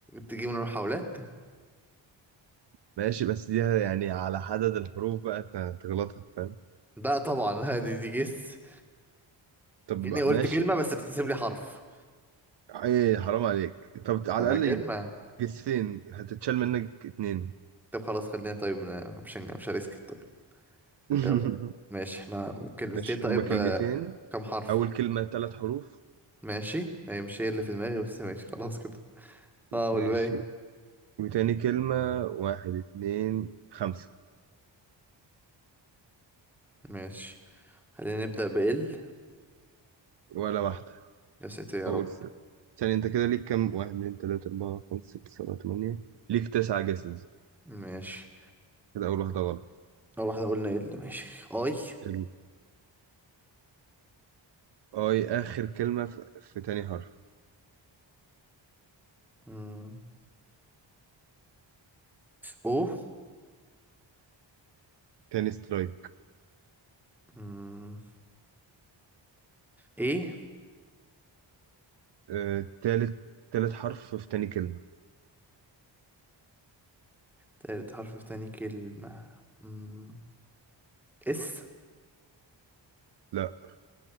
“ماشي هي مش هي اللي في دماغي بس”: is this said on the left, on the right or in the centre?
Centre